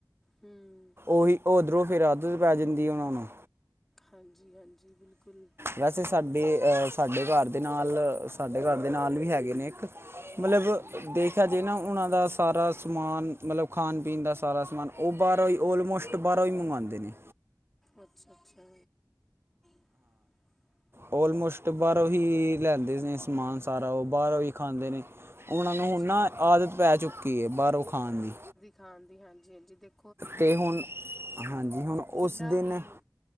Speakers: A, in the centre; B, on the right.
A: ਹੂੰ
B: ਓਹੀ ਓ ਓਧਰੋਂ ਫੇਰ ਆਦਤ ਪੈ ਜਾਂਦੀ ਏ ਓਨਾ ਨੂੰ।
A: ਹਾਂਜੀ-ਹਾਂਜੀ, ਬਿਲਕੁਲ।
B: ਵੈਸੇ ਸਾਡੀ ਅ ਸਾਡੇ ਘਰ। ਦੇ ਨਾਲ ਸਾਡੇ ਘਰ ਦੇ ਨਾਲ ਵੀ ਹੈਗੇ ਨੇ ਇੱਕ, ਮਤਲਬ
A: ਹੂੰ
B: ਦੇਖਿਆ ਜੇ ਨਾ ਓਹਨਾਂ ਦਾ ਸਾਰਾ ਸਮਾਨ, ਮਤਲਬ ਖਾਨ-ਪੀਨ ਦਾ ਸਾਰਾ ਸਮਾਨ, ਉਹ ਬਾਰੋਂ ਈ ਓਲਮੋਸਟ ਬਾਰੋਂ ਈ ਮੰਗਵਾਂਦੇ ਨੇ।
A: ਅੱਛਾ-ਅੱਛਾ। <unintelligible>
B: ਔਲਮੋਸਟ ਬਾਰੋਂ ਹੀ ਲੈਂਦੇ ਨੇ ਸਮਾਨ ਸਾਰਾ, ਓ ਬਾਰੋਂ ਈ ਖਾਂਦੇ ਨੇ। ਓਨਾਂ ਨੂੰ
A: ਅੱਛਾ
B: ਹੁਣ ਨਾ ਆਦਤ ਪੈ ਚੁੱਕੀ ਐ, ਬਾਰੋ ਖਾਨ ਦੀ।
A: ਖਾਣ ਦੀ ਹਾਂਜੀ-ਹਾਂਜੀ ਦੇਖ
B: ਤੇ ਹੁਣ, ਹਾਂਜੀ ਹੁਣ
A: ਕਿੰਨਾ
B: ਓਸ ਦਿਨ,
A: ਹੀ